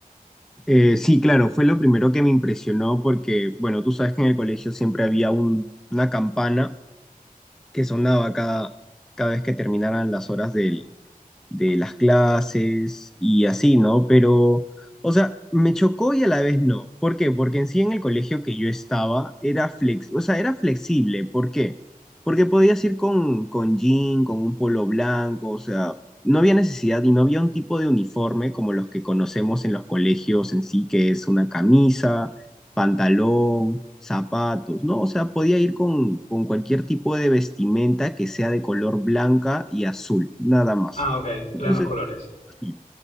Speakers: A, in the centre; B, on the left.
A: Eh, sí, claro, fue lo primero que me impresionó porque, bueno, tú sabes que en el colegio siempre había un- una campana que sonaba cada, cada vez que terminaran las horas del, de las clases y así, ¿no? Pero, o sea, me chocó y a la vez no. ¿Por qué? Porque en sí en el colegio que yo estaba era flex, o sea, era flexible. ¿Por qué? Porque podías ir con, con jean, con un polo blanco, o sea, no había necesidad y no había un tipo de uniforme como los que conocemos en los colegios en sí, que es una camisa, pantalón. zapatos, ¿no? O sea, podía ir con, con cualquier tipo de vestimenta que sea de color blanca y azul, nada más.
B: Ah, ok,
A: Entonces,
B: eran los colores.
A: así.